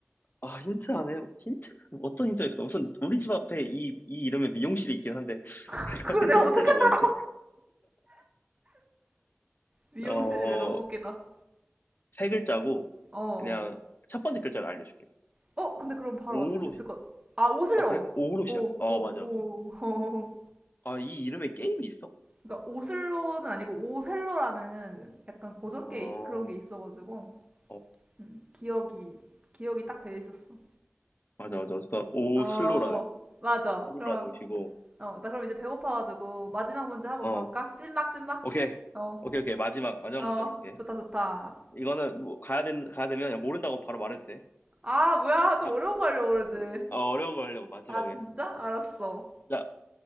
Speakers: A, on the left; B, on the right.
A: 아, 힌트 안 해. 힌트? 어떤 힌트가 있을까? 우선, 우리 집 앞에 이, 이 이름의 미용실이 있긴 한데,
B: <laughs>
A: <laughs>
B: 그걸
A: 가는
B: 내가
A: 힌트가
B: 어떻게
A: 뭐가
B: 알-
A: 있지?
B: 미용실이래
A: 어,
B: 너무 웃기다.
A: 세 글자고,
B: 어, 어.
A: 그냥, 첫 번째 글자를 알려줄게.
B: 어, 근데
A: 어,
B: 그럼 바로
A: 오로,
B: 맞출 수 있을
A: 시-
B: 것. 아, 오슬로.
A: 아, 그래? 오로
B: 오,
A: 시작해. 어,
B: 오, 오.
A: 맞아.
B: <laughs> 오.
A: 아, 이 이름에 게임이 있어?
B: 그러니까 오슬로는 아니고 오셀로라는 약간 고전
A: 어,
B: 게임 그런 게 있어가지고
A: 어,
B: 음, 기억이 기억이 딱 되어 있었어.
A: 맞아, 맞아. 어쨌든, 오,
B: 어,
A: 슬로라는,
B: 맞아.
A: 슬로라는
B: 그럼
A: 곳이고,
B: 어, 나 그럼 이제 배고파가지고 마지막 문제 한번
A: 어,
B: 가볼까? 찐막, 찐막?
A: 오케이.
B: 어,
A: 오케이, 오케이. 마지막, 마지막
B: 어,
A: 문제로 할게.
B: 좋다, 좋다.
A: 이거는 뭐 가야 된 가야 되면 그냥 모른다고 바로 말해도 돼.
B: 아, 뭐야. 좀
A: 자,
B: 어려운 거 하려고 그러지.
A: 어, 어려운 거 하려고 마지막에.
B: 아, 진짜? 알았어.
A: 자,